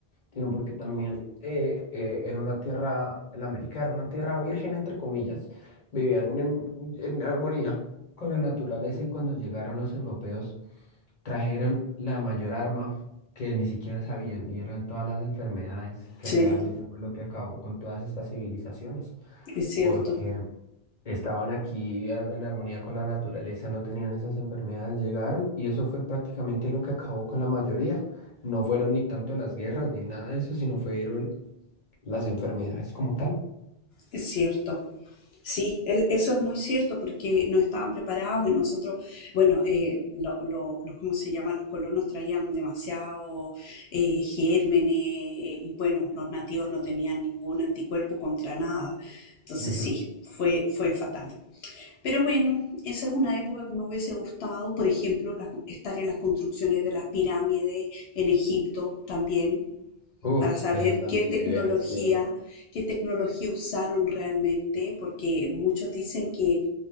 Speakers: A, on the left; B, on the left.
A: sino porque también eh, eh, era una tierra, la América era una tierra virgen, entre comillas, vivían en, en armonía con la naturaleza y cuando llegaron los europeos trajeron la mayor arma que ni siquiera sabían y eran todas las enfermedades que
B: sí,
A: realmente fue lo que acabó con todas estas civilizaciones,
B: es cierto,
A: porque estaban aquí ar- en armonía con la naturaleza, no tenían esas enfermedades, llegaron y eso fue prácticamente lo que acabó con la mayoría. No fueron ni tanto las guerras ni nada de eso, sino fueron las enfermedades como tal.
B: es cierto. Sí, e- eso es muy cierto porque no estaban preparados y nosotros, bueno, eh, lo- lo- los, ¿cómo se llama? Los colonos traían demasiado eh, gérmenes eh, y bueno, los nativos no tenían ningún anticuerpo contra nada. Entonces
A: Ujú.
B: sí, fue, fue fatal. Pero bueno, esa es una época que me hubiese gustado, por ejemplo, la- estar en las construcciones de las pirámides en Egipto también,
A: Uh,
B: para saber
A: Eso también
B: qué tecnología,
A: debe haber sido.
B: qué tecnología usaron realmente, porque muchos dicen que